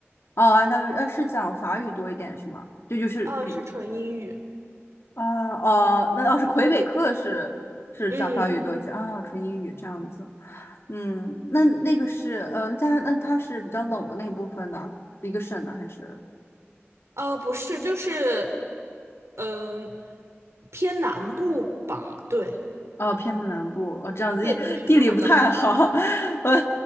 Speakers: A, on the left; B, on the right.
A: 哦，安大略，呃，是讲法语多一点是吗？这就是比，
B: 呃，是纯英语。
A: 啊、哦，那要是魁北克是是讲法语多一些啊、
B: 嗯，
A: 纯英语这样子。嗯，那那个是，嗯、加拿那它是比较冷的那部分的一个省呢，还是？
B: 呃，不是，就是，嗯、偏南部吧，对，
A: 哦，偏门南部哦，这样子，
B: 对，
A: 因为地理不太好，
B: 不是那么冷。
A: <laughs> 我